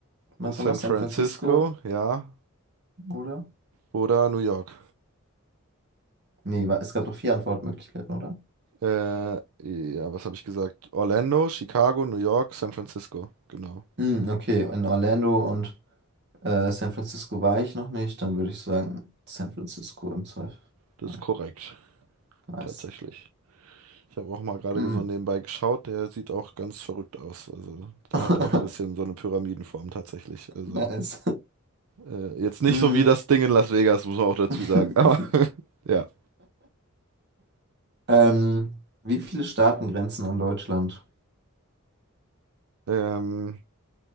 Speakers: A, on the right; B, on the right.
A: Was
B: In San
A: war noch? San
B: Francisco,
A: Francisco,
B: ja,
A: oder?
B: oder New York?
A: Nee, war, es gab doch vier Antwortmöglichkeiten, oder?
B: Äh, ja, was habe ich gesagt? Orlando, Chicago, New York, San Francisco. Genau,
A: Hm, okay, in Orlando und äh, San Francisco war ich noch nicht. Dann würde ich sagen San Francisco im Zweifel.
B: das
A: Ja,
B: ist korrekt,
A: nice.
B: tatsächlich. Ich habe auch mal gerade
A: Hm.
B: so nebenbei geschaut, der sieht auch ganz verrückt aus. Also,
A: <laughs>
B: der hat auch ein bisschen so eine Pyramidenform tatsächlich. Also,
A: Nice.
B: äh, jetzt nicht
A: Hm.
B: so wie das Ding in Las Vegas, muss man auch dazu
A: <laughs>
B: sagen. <laughs> Aber ja.
A: Ähm, wie viele Staaten grenzen an Deutschland?
B: Ähm,